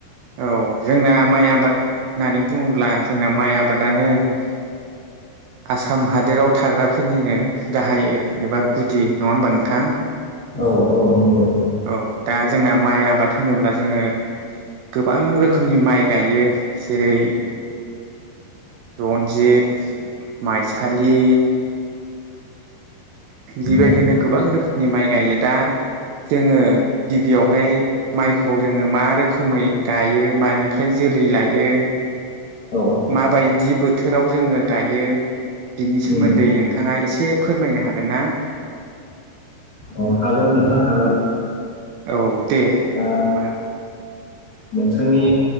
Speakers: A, on the right; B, on the left.
A: औ जोंना माइ आबाद होननानै बुङोब्ला जोंना माइ आबादानो <unintelligible> आसाम हादोराव थाग्राफोरनिनो गाहाय एबा गुदि नङा होमबा नोंथां
B: औ औ नंगौ
A: औ दा जोंना माइ आबाद होनोब्ला जोङो गोबां रोखोमनि माइ गायो जेरै रन्जित माइसालि बेबायदिनो
B: औ
A: गोबां रोखोमनि माइ गायो दा जोङो गिबियावहाय माइखौ जोङो मा रोखोमै गायो मानिफ्राय जों जोलै लायो
B: औ
A: माबायदि बोथोराव जोङो गायो बिनि
B: उम
A: सोमोन्दै नोंथाङा एसे फोरमायनो हागोन ना
B: अ हागोन नोंथां हागोन
A: औ दे होनबा
B: दा नोंथांनि